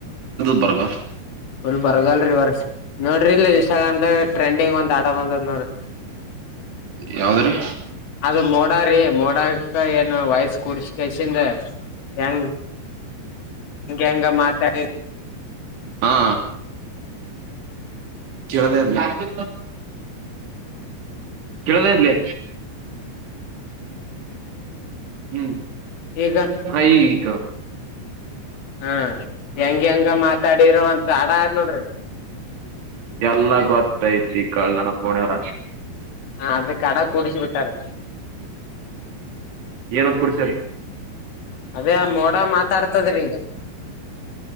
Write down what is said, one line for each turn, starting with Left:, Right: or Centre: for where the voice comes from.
Right: <inaudible> ಬರ್ಗ
Left: ಫುಲ್ ಬರಗಲ್ರಿ ಈ ವರ್ಷ ನೋಡ್ರಿ ಇಲ್ಲ ಇನ್ಸ್ಟಾಗ್ರಾ ದಾಗ ಟ್ರೆಂಡಿಂಗ್ ಒಂದ್ ಆಡ ಬಂದದ್ ನೋಡ್ರಿ
Right: ಯಾವದ್ರೀ
Left: ಅದು ಮೋಡಾರಿ ಮೋಡಕ ಏನು ವಾಯ್ಸ್ ಕೊಡಿಸಿ ಕಸಿ <unintelligible> ಹೆಂಗ ಹೆಂಗ ಮಾತಾಡಿದೆ
Right: ಹಾ <unintelligible> ಚರದೇ <unintelligible> ಕೇಳದ ಇದೆ ಹ್ಮ್
Left: ಈಗ
Right: <unintelligible> ಹಗ
Left: ಹಾ ಹೆಂಗ ಹೆಂಗೊ ಮಾತಾಡಿರೋ <unintelligible> ಅಂತ ಆಡ ಆದ್ ನೋಡ್ರಿ
Right: ಎಲ್ಲ ಗೊತ್ತೈತಿ <unintelligible> ಕಳಣ ಪೋಣಾರ
Left: ಹ ಆದ್ರೆ ಕಡ ಕೂಡಿಸಿು ಬಿಟ್ಟಾರೆ
Right: ಏನ <unintelligible> ಪ್ಪ ಕುಡ್ಸ್ರ
Left: ಅದೇ ಆ ಮೋಡ ಮಾತಾಡ್ತದ್ರಿ ಹಿಂಗ